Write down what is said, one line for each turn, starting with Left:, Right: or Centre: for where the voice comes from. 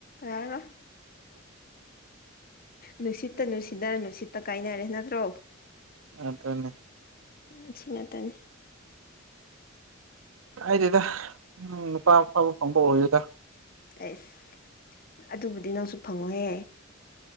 Left: ꯌꯥꯔꯔꯣꯏ ꯅꯨꯡꯁꯤꯠꯇ ꯅꯨꯡꯁꯤꯗꯔ ꯅꯨꯡꯁꯤꯠꯇ ꯀꯥꯏꯅꯔꯦ ꯅꯠꯇ꯭ꯔꯣ
Right: ꯑꯗꯨꯅꯦ
Left: ꯎꯝ ꯁꯤ ꯉꯥꯇꯅꯤ
Right: ꯀꯥꯏꯗꯦꯗꯥ ꯎꯝ ꯅꯨꯄꯥ ꯑꯐꯕ ꯐꯪꯕ ꯑꯣꯏꯌꯨꯗꯥ
Left: ꯑꯩꯁ ꯑꯗꯨꯕꯨꯗꯤ ꯅꯪꯁꯨ ꯐꯪꯉꯣꯍꯦ